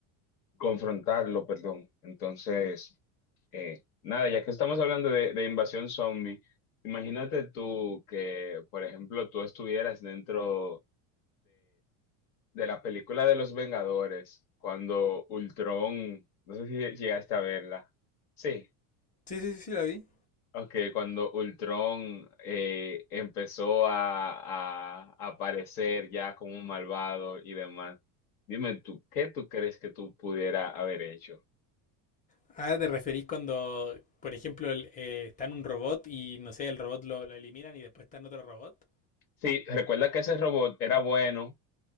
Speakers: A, on the left; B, on the left.
A: confrontarlo, perdón. Entonces, eh, nada, ya que estamos hablando de, de invasión zombie, imagínate tú que, por ejemplo, tú estuvieras dentro de la película de los Vengadores, cuando Ultron, no sé si llegaste a verla. Sí,
B: Sí, sí, sí, sí, la vi.
A: ok, cuando Ultron eh, empezó a, a aparecer ya como un malvado y demás. Dime tú, ¿qué tú crees que tú pudiera haber hecho?
B: Ah, ¿te referís cuando, por ejemplo, el- eh, está en un robot y no sé, el robot lo, lo eliminan y después está en otro robot?
A: Sí, recuerda que ese robot era bueno,